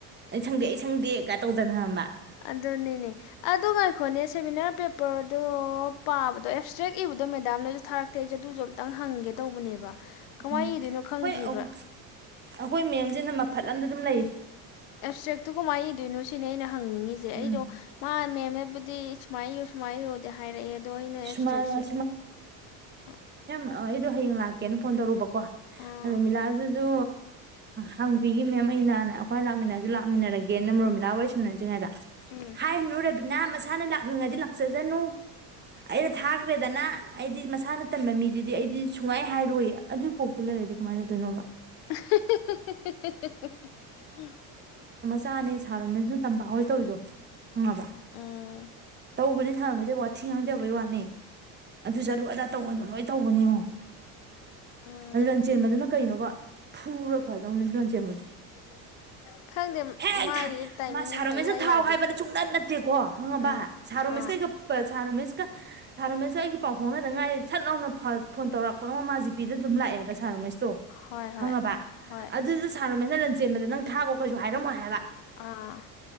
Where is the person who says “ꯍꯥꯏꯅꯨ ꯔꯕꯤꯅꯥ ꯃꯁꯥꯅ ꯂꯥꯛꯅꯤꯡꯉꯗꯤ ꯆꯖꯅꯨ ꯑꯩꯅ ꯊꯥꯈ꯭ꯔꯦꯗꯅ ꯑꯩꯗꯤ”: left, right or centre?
Right